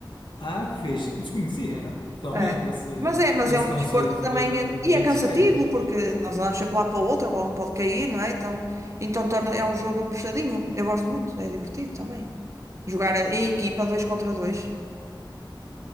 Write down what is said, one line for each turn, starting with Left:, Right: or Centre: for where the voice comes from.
Left: Ah, que fixe. Eu Desconhecia totalmente
Right: É.
Left: esse,
Right: Mas é, mas
Left: esse
Right: é um
Left: conceito
Right: desporto também,
Left: de,
Right: é-
Left: de
Right: e
Left: beach
Right: é cansativo,
Left: ténis.
Right: porque nós andamos sempre lá para o outro, a bola não pode cair, não é? Então, então torna, é um jogo puxadinho. Eu gosto muito, é divertido também. Jogar em equipa, dois contra dois,